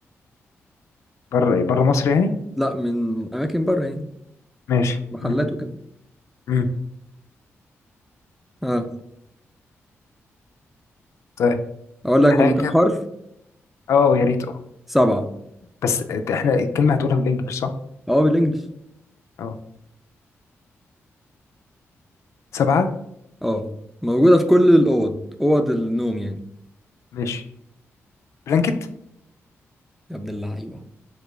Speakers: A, on the left; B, in the centre.
A: بره بره مصر يعني
B: لا من أماكن بره يعني
A: ماشي
B: محلات
A: مم.
B: وكده
A: مم.
B: آه.
A: طيب
B: اقول لك
A: حاجة
B: هم كام حرف
A: اه يا ريت اه
B: سبعة
A: بس ده احنا الكلمة هتقولها بالانجلش صح؟
B: اه بالانجلش
A: اه سبعة
B: اه موجودة في كل الاوض اوض النوم يعني
A: ماشي بلانكت
B: يا ابن اللعيبة